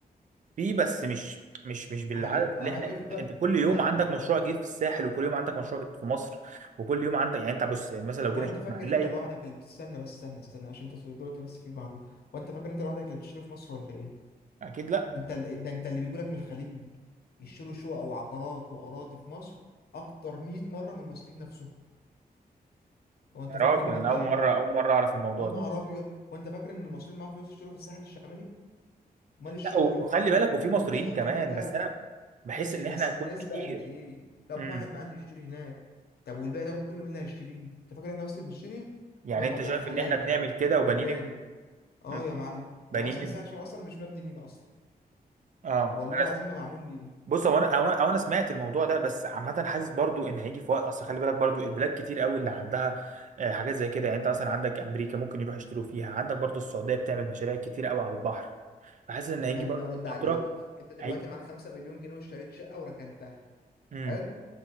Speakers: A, on the right; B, on the left.
A: فيه بس مش مش مش بالعدد
B: هيبقى
A: اللي احنا
B: هيفضل
A: انت كل يوم
B: لا
A: عندك
B: لا
A: مشروع جديد في الساحل وكل يوم عندك مشروع جديد في مصر وكل يوم عندك يعني انت بص يعني مثلا لو
B: وانت
A: جينا شفنا
B: فاكر
A: هنلاقي
B: انت لوحدك اللي بتستنى بس استنى استنى عشان انت دلوقتي بس في معلومه وانت فاكر انت لوحدك اللي بتشتري في مصر ولا ايه
A: اكيد لا
B: ده انت اللي ده انت اللي بيجولك من الخليج يشتروا شقق وعقارات واراضي في مصر اكتر 100 مره من المصريين نفسهم وانت
A: يا
B: فاكر
A: راجل
B: ان انت
A: انا اول مره اول مره اعرف الموضوع
B: يا نهار
A: ده
B: ابيض وانت فاكر ان المصريين معاهم فلوس يشتروا في الساحل الشمالي امال الشقق
A: لا
B: والفيلل
A: وخلي بالك
B: وال-
A: وفي
B: والقصور
A: مصريين كمان
B: دي كلها
A: بس انا بحس
B: ماشي
A: ان احنا
B: بس
A: كل
B: النسبه
A: كتير
B: قد ايه كم
A: امم
B: واحد معاه انه يشتري هناك طب والباقي ده كله مين اللي هيشتريه انت فاكر احنا بس اللي بنشتري
A: يعني
B: ده ما
A: انت
B: ده
A: شايف
B: خلايجه
A: ان احنا بنعمل كده وبنين
B: اجانب اه
A: مم.
B: يا معلم
A: بنين
B: هو اصلا سهل عشان هو اصلا مش مبني لينا اصلا
A: اه
B: والله
A: انا
B: العظيم ما معمول لينا
A: بص هو انا او انا أو أنا سمعت الموضوع ده بس عامه حاسس برضو ان هيجي في وقت اصل خلي بالك برضو البلاد كتير قوي اللي عندها آه، حاجات زي كده يعني انت مثلا عندك امريكا ممكن يروح يشتروا فيها عندك برضو السعوديه بتعمل مشاريع كتير قوي على البحر فحاسس ان هيجي
B: خليني
A: برضو
B: ارد عليك
A: فتره
B: انت دلوقتي
A: هيجي
B: معاك 5 مليون جنيه واشتريت شقه وركنتها
A: مم.
B: حلو